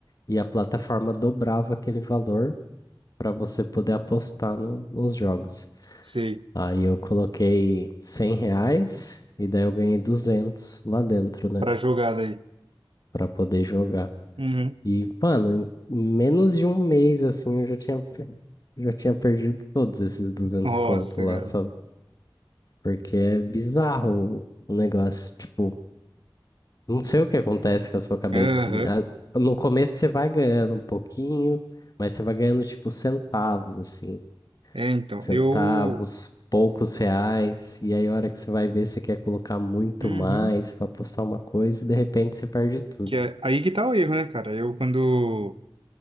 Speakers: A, on the left (about 45°); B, on the right (about 85°).
A: e a plataforma dobrava aquele valor para você poder apostar no- nos jogos.
B: Sei.
A: Aí eu coloquei 100 reais e daí eu ganhei 200 lá dentro, né?
B: Pra jogada aí.
A: Para poder jogar.
B: Uhum.
A: E, mano, em menos de um mês assim eu já tinha, per- já tinha perdido todos esses duzentos
B: Nossa,
A: conto lá,
B: cara.
A: sabe? Porque é bizarro o o negócio, tipo, não sei o que acontece com a sua cabeça,
B: Aham.
A: assim. As- no começo você vai ganhando um pouquinho, mas você vai ganhando, tipo, centavos, assim.
B: É, então,
A: Centavos,
B: eu...
A: poucos reais. E aí, a hora que você vai ver, você quer colocar muito
B: Uhum.
A: mais pra postar uma coisa e de repente você perde tudo.
B: Que é... Aí que tá o erro, né, cara? Eu, quando...